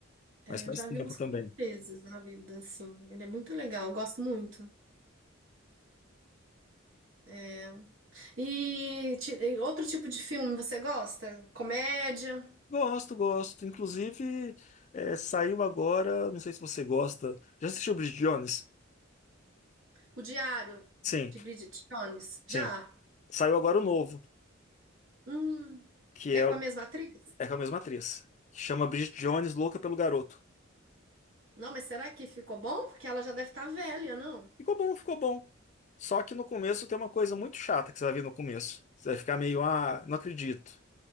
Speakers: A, on the right; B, on the left.
A: É,
B: Mas faz
A: eu já
B: tempo
A: vi umas
B: também.
A: quatro vezes na vida, assim. Ele é muito legal, eu gosto muito. É, E, ti- e outro tipo de filme você gosta? Comédia?
B: Gosto, gosto. Inclusive, é, saiu agora. Não sei se você gosta. Já assistiu Bridget Jones?
A: O Diário
B: Sim,
A: de Bridget Jones?
B: sim.
A: Já?
B: Saiu agora o novo,
A: Hum.
B: que
A: É
B: é,
A: com
B: o-
A: a mesma atriz?
B: é com a mesma atriz. Que chama Bridget Jones, Louca pelo Garoto.
A: Não, mas será que ficou bom? Porque ela já deve estar velha, não?
B: Ficou bom, ficou bom. Só que no começo tem uma coisa muito chata que você vai ver no começo. Você vai ficar meio, ah, não acredito.